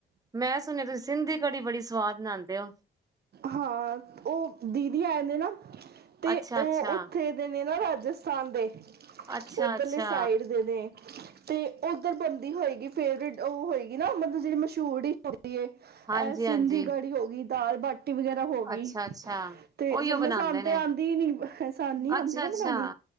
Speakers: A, on the right; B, on the right.
A: ਮੈਂ ਸੁਣਿਆ ਤੁਸੀਂ ਸਿੰਧੀ ਕੜੀ ਬੜੀ ਸੁਵਾਦ ਬਣਾਉਂਦੇ ਹੋ
B: ਹਾਂ, ਉਹ ਦੀਦੀ ਆਏ ਨੇ ਨਾ ਤੇ
A: ਅੱਛਾ
B: ਉਹ
A: ਅੱਛਾ
B: ਉੱਥੇ ਦੇ ਨੇ ਨਾ ਫਿਰ ਰਾਜਸਥਾਨ ਦੇ
A: ਅੱਛਾ
B: ਉੱਧਰਲੇ
A: ਅੱਛਾ
B: ਸਾਈਡ ਦੇ ਨੇ ਤੇ ਉੱਧਰ ਬਣਦੀ ਹੋਏਗੀ। ਫੇਵਰੇਟ ਉਹ ਹੋਏਗੀ ਨਾ ਮਤਲਬ ਜਿਹੜੀ ਮਸ਼ਹੂਰ ਹੀ ਇਹ
A: ਹਾਂਜੀ
B: ਸਿੰਧੀ
A: ਹਾਂਜੀ
B: ਕੜੀ ਹੋ ਗਈ ਦਾਲ-ਬਾਟੀ ਵਗੈਰਾ ਹੋ ਗਈ
A: ਅੱਛਾ ਅੱਛਾ
B: ਤੇ
A: ਉਹੀਓ ਬਣਾਉਂਦੇ
B: ਸਾਨੂੰ
A: ਨੇ
B: ਤੇ ਆਉਂਦੀ ਹੀ ਨੀ ਸਾਨੂੰ ਨਹੀ ਆਉਂਦੀ
A: ਅੱਛਾ
B: ਨਾ
A: ਅੱਛਾ
B: ਬਨਾਉਣੀ